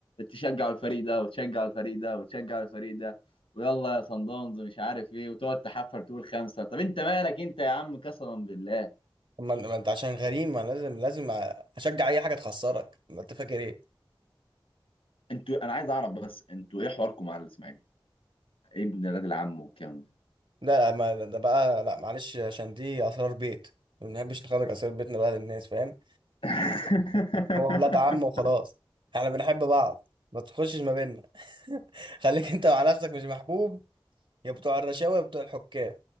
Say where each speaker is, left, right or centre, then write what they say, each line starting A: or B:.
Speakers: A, on the left; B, on the right.
A: تشجعوا الفريق ده وتشجعوا الفريق ده وتشجعوا الفريق ده ويلا يا صن داونز مش عارف ايه وتقعد تحفر تقول خمسه طب انت مالك انت يا عم قسما بالله
B: طب ما ما انت عشان غريم ما لازم لازم اشجع اي حاجه تخسرك ما انت فاكر ايه
A: انتوا انا عايز اعرف بس انتوا ايه حواركم مع الاسماعيلي ابن الراجل عمه والكلام ده
B: لا ما ده بقى لا معلش عشان دي اسرار بيت ما بنحبش نخرج اسرار بيتنا بقى للناس فاهم
A: <laughs>
B: هو ولاد عم وخلاص احنا بنحب بعض ما تخشش ما بيننا <laughs> خليك انت مع نفسك مش محبوب يا بتوع الرشاوي يا بتوع الحكام